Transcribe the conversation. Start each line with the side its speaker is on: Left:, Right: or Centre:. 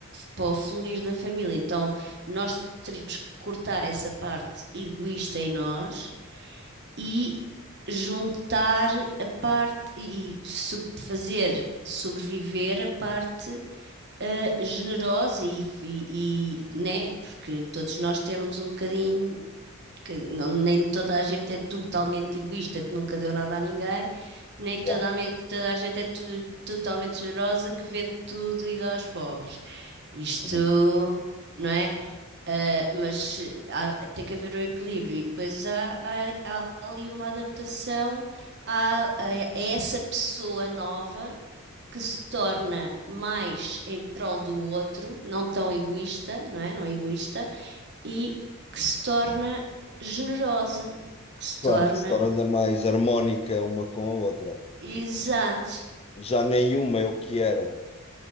Right: para o fluir da família. Então nós teríamos que cortar essa parte egoísta em nós e juntar a parte e sub- fazer sobreviver a parte ah, generosa e, e, e, né? Porque todos nós temos um bocadinho que não- nem toda a gente é totalmente egoísta, que nunca deu nada a ninguém, nem
Left: Yeah.
Right: toda a, men- toda a gente é tu- totalmente generosa, que vende tudo e dá aos pobres. Isto,
Left: Uhum.
Right: não é? Ah, mas há- tem que haver um equilíbrio e depois há, há- há ali uma adaptação a, a- a essa pessoa nova que se torna mais em prol do outro, não tão egoísta, não é? Não é egoísta, e que se torna generosa, que se torna
Left: Claro que se torna mais harmónica uma com a outra,
Right: exato.
Left: que já nenhuma é o que era